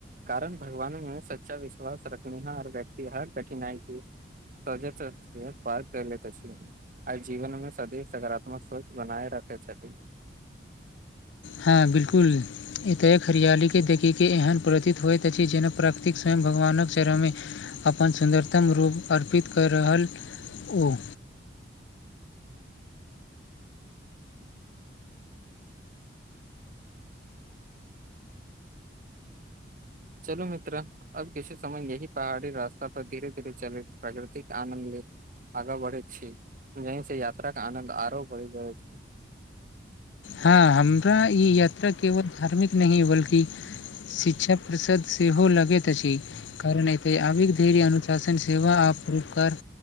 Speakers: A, on the right; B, on the left.
A: कारण भगवानमे सच्चा विश्वास रखनिहार व्यक्ति हर कठिनाई की सज पारि कऽ लैत छै। आ जीवनमे सदैव सकारात्मक सोच बनाय रखैत छथि।
B: हँ बिल्कूल एतय हरियालीके देखिके एहन प्रतीत होइत अछि जेना प्रकृति स्वयं भगवानक चरणमे अपन सुन्दरतम रूप अर्पित कऽ रहल अछि।
A: चलू मित्र अब किछु समय यही पहाड़ी रास्ता पर धीरे धीरे चलैत प्राकृतिक आनन्द ले आगा बढ़ैत छी यही से यात्रा के आनंद आरो बढ़ी जाइत
B: हँ हमरा ई यात्रा केवल धार्मिक नहि बल्कि शिक्षा प्रषद सेहो लगैत अछि कारण आ धर्य अनुशासन सेव आ पूकार